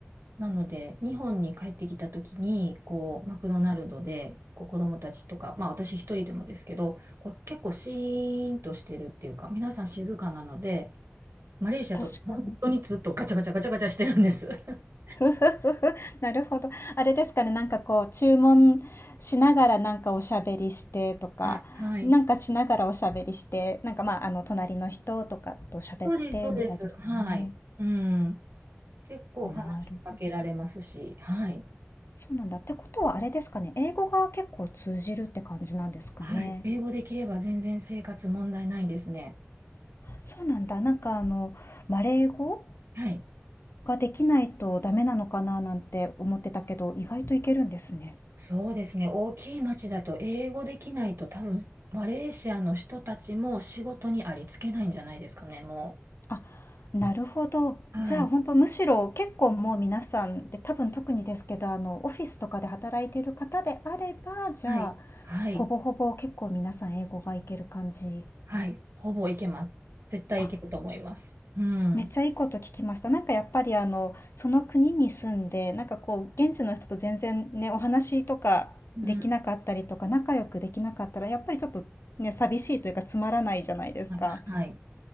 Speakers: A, on the right; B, on the left.
A: なので、日本に帰ってきた時に、こう、マクドナルドで、こう、子供たちとか、まあ、私一人でもですけど、こう、結構シーンとしてるっていうか、皆さん静かなので、マレーシアと本当にずっとガチャガチャガチャガチャしてるんです。
B: 確かに。
A: <laughs>
B: <laughs> なるほど。あれですかね、なんかこう、注文しながらなんかおしゃべりしてとか、
A: はい。はい
B: なんかしながらおしゃべりして、なんかまあ、あの、隣の人とかと喋ってみたいですかね。
A: そうです、そうです。はい。うん。結構話しかけられますし、
B: なるほど。
A: はい。
B: そうなんだ。ってことはあれですかね、英語が結構通じるって感じなんですかね。
A: はい。英語できれば全然生活問題ないですね。
B: そうなんだ。なんかあの、マレー語
A: はい。
B: ができないとダメなのかななんて思ってたけど、意外といけるんですね。
A: そうですね。大きい町だと英語できないと多分、マレーシアの人たちも仕事にありつけないんじゃないですかね、も
B: あ、なるほど。
A: う。はい。
B: じゃあ、本当むしろ結構もう皆さんで、多分特にですけど、あの、オフィスとかで働いている方であれば、じゃあ、
A: はい。はい。
B: ほぼほぼ結構皆さん英語がいける感じ。
A: はい。ほぼいけます。絶対いけると思います。
B: あ、
A: うん。
B: めっちゃいいこと聞きました。なんかやっぱりあの、その国に住んで、なんかこう、現地の人と全然ね、お話とかできなかったりとか、
A: うん。
B: 仲良くできなかったら、やっぱりちょっとね、寂しいというかつまらないじゃないですか。
A: はい。はい